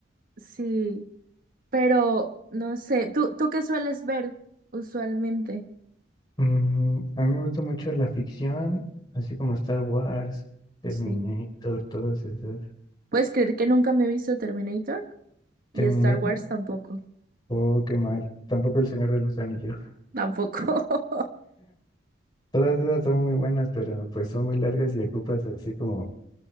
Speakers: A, on the right (about 50°); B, on the left (about 25°).
A: sí. Pero, no sé, ¿tú, tú qué sueles ver usualmente?
B: Mm, a mí me gusta mucho la ficción, así como Star Wars, Terminator,
A: Sí.
B: todas esas.
A: ¿Puedes creer que nunca me he visto Terminator? Y
B: ¿Terminator?
A: Star Wars tampoco,
B: Oh, qué mal. Tampoco El Señor de los Anillos.
A: tampoco. <laughs>
B: Todas esas son muy buenas, pero pues son muy largas y ocupas así como